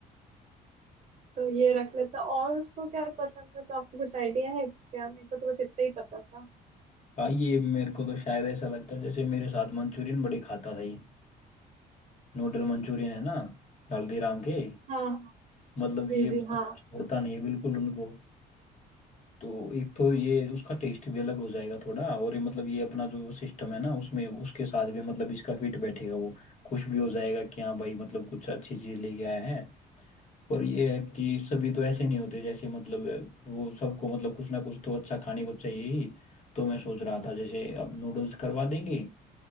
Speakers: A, on the right; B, on the left.
A: तो ये रख लेते हैं। और उसको क्या पसंद है तो आपको कुछ आइडिया है क्या मेरे को तो बस इतना ही पता था
B: हाँ ये मेरे को तो शायद ऐसा लगता है जैसे मेरे साथ मंचूरियन बड़े खाता था ये नूडल मंचूरियन है ना हल्दीराम के
A: हाँ
B: मतलब
A: जी
B: ये मतलब
A: जी हाँ
B: छोड़ता नहीं है बिल्कुल उनको तो एक तो ये उसका टेस्ट भी अलग हो जाएगा थोड़ा और ये मतलब ये अपना जो सिस्टम है ना उसमें उसके साथ भी मतलब इसका फिट बैठेगा वो खुश भी हो जाएगा कि हाँ भाई मतलब कुछ अच्छी चीज लेके आया है और ये है कि सभी तो ऐसे नहीं होते जैसे मतलब वो सबको मतलब कुछ ना कुछ तो अच्छा खाने को चाहिए ही तो मैं सोच रहा था जैसे अब नूडल्स करवा देंगे